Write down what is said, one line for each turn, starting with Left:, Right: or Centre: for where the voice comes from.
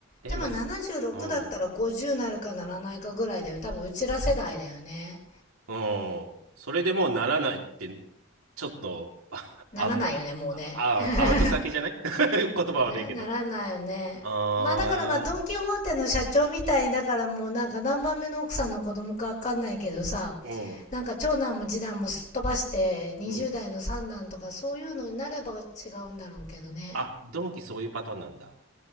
Left: でも76だったら50なるかならないかぐらいだよ多分うちら世代だよね
Right: でも、うん。うん。それでもうならないって、ちょっと、あアウト、
Left: ならないよねもうね
Right: あ、
Left: <laughs>
Right: アウト先じゃない <laughs> 言葉悪いけど。
Left: なならないよねまあだからまあドン・
Right: ああ、
Left: キホーテの社長みたいだからもうなんか何番目の奥さんの子供かわかんないけどさ
Right: うん。
Left: なんか長男も次男もすっ飛ばして20代の三男とかそういうのになれば違うんだろうけどね
Right: うん。あ、ドンキそういうパターンなんだ。